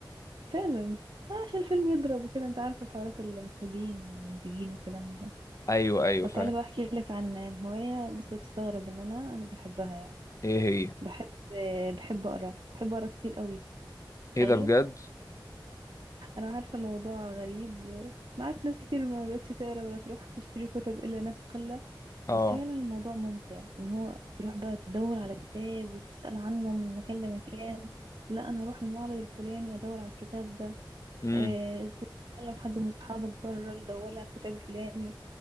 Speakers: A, on the right; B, on the left.
A: فعلا آه، عشان الفيلم يضرب وكده انت عارف الحوارات المخرجين والمنتجين والكلام ده
B: <laughs> ايوه ايوه
A: طب
B: فاهم
A: تعالى بقى احكي لك عن عن هواية بص هتستغرب ان انا بحبها يعني
B: ايه هي
A: بحب بحب اقرا بحب اقرا كتير قوي تخيل
B: ايه ده بجد
A: انا عارفة الموضوع غريب انا عارفة ناس كتير ما بقتش تقرا ولا تروح تشتري كتب الا ناس قلة
B: اه
A: بس فعلا الموضوع ممتع ان هو تروح بقى تدور على كتاب وتسأل عنه من مكان لمكان لا انا هروح المعرض الفلاني ادور على الكتاب ده
B: امم
A: آه، تكلم حد من صحابك بره تدور على الكتاب الفلاني